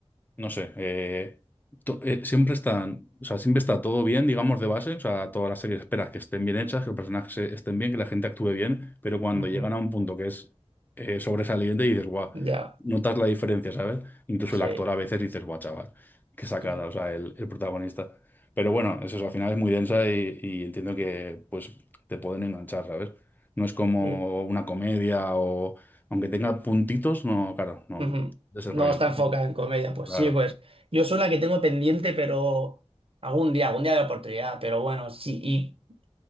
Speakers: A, on the left; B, on the right.
A: no sé, eh, to- eh, siempre están, o sea, siempre está todo bien, digamos, de base, o sea, todas las series esperas que estén bien hechas, que los personajes eh, estén bien, que la gente actúe bien, pero cuando
B: ujú.
A: llegan a un punto que es eh, sobresaliente y dices, guau,
B: Ya.
A: notas la diferencia, ¿sabes? Incluso
B: Sí.
A: el actor a veces dices, guau, chaval, qué sacada,
B: Coge-
A: o sea, el, el protagonista. Pero bueno, es eso, al final es muy densa y, y entiendo que, pues, te pueden enganchar, ¿sabes? No es como
B: sí.
A: una comedia o, aunque tenga puntitos, no, claro, no,
B: Ujú.
A: de ese
B: No
A: rollo,
B: está
A: ¿no?
B: enfocada en comedia. Pues
A: Claro.
B: sí, pues yo soy la que tengo pendiente, pero algún día, algún día de oportunidad. Pero bueno, sí. Y